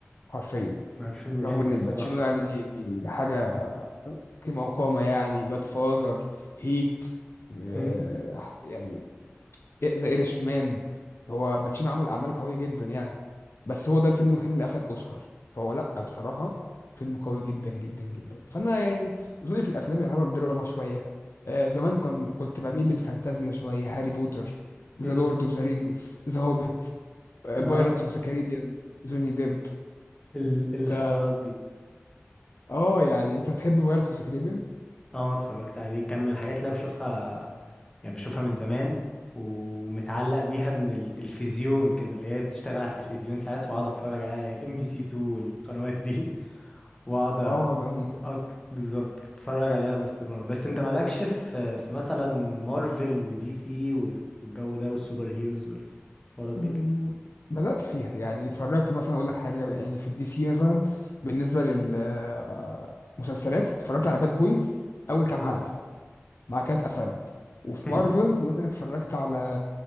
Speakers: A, on the left (about 60°); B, on the left (about 15°).
A: حرفيا
B: مع الفيلم
A: رغم
B: جامد
A: ان
B: الصراحة
A: الباتشينو يعني حاجة قيمة وقامة يعني جاد فازر هيت آه،
B: امم
A: يعني ذا ايرش مان هو باتشينو عمل أعمال قوية جدا يعني بس هو ده الفيلم الوحيد اللي أخد أوسكار فهو لأ بصراحة فيلم قوي جدا جدا جدا فأنا يعني ذوقي في الأفلام يعتبر دراما شوية آه زمان كنت كنت بميل للفانتازيا شوية هاري بوتر ذا
B: امم
A: لورد أوف ذا رينجز ذا هوبيت بايرتس
B: اه
A: أوف ذا كاريبيان جوني ديب
B: ال... الحوارات
A: فا
B: دي
A: <laughs> اه يعني انت بتحب بايرتس أوف ذا كاريبيان؟
B: اه اتفرجت عليه كان من الحاجات اللي أنا بشوفها يعني بشوفها من زمان ومتعلق بيها من التلفزيون كده اللي هي بتشتغل على التلفزيون ساعات واقعد اتفرج عليها على ام بي سي 2 والقنوات دي <laughs> واقعد
A: اه يا جماعة
B: أت... بالظبط اتفرج عليها باستمرار بس انت مالكش في في مثلا مارفل ودي سي وال- والجو ده والسوبر هيروز والحوارات دي
A: مم، بدأت فيها يعني اتفرجت مثلا اقول لك حاجة يعني في الدي سي مثلا بالنسبة للمسلسلات اتفرجت على باد بويز اول كام
B: مم.
A: حلقة بعد كده اتقفلت وفي
B: <laughs>
A: مارفلز مثلا اتفرجت على